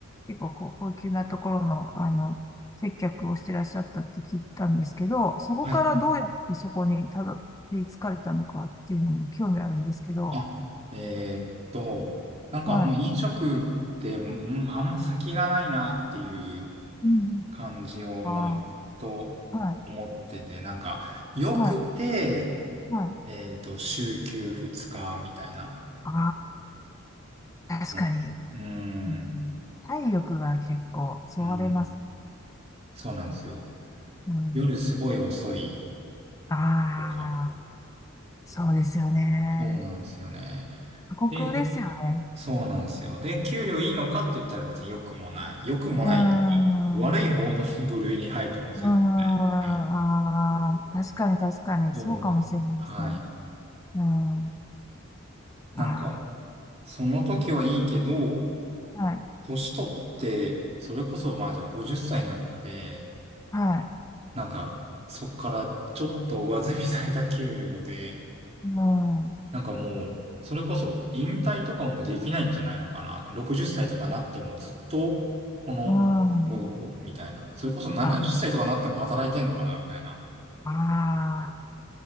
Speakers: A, on the left; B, on the right.
A: 結構こう高級なところの、あの、接客をしてらっしゃったって聞いたんですけど、そこからどうやってそこにたどり着かれたのかっていうのも興味あるんですけど、
B: はい。あ、えーっと、なんかもう飲食って、
A: はい。
B: うん、あんま先がないなっていう
A: うん。
B: 感じを、
A: あ
B: まあ、ずっと思ってて、
A: あ、はい、
B: なんか、よくて、
A: はい、はい。
B: えーっと、週休2日みたいな。
A: ああ、確かに。
B: なるうーん。
A: うん、体力が結構そがれます。
B: うん。そうなんですよ。
A: うん、
B: 夜すごい遅い
A: あ
B: とか。
A: あ、そうですよね。
B: そうなんですよね。
A: 過酷ですよね。
B: で、そうなんですよ。で、給料いいのかって言ったら別に良くもない。良くもないっていうか悪い方の
A: うーん。う
B: <laughs> 部類に入ると思うんですよ、
A: ーん。ああ、
B: 絶対。はい。
A: 確かに確かに、
B: そうなんです。
A: そうかもしれないですね。
B: はい。
A: うん。
B: なんか、
A: あ
B: その時はいいけど、
A: あ、はい。
B: 年取って、それこそまあじゃあ50歳になって、
A: はい。
B: なんか、そっからちょっと上積みされた給料で、
A: うん。う
B: なんかもう、それこそ引退とかもできないんじゃないのかな。60歳とかなってもずっと、この、
A: ん。
B: これを、みたいな。それこそうん。70歳とかなっても働いてんのかな、
A: あ、
B: みたいな。
A: ああ、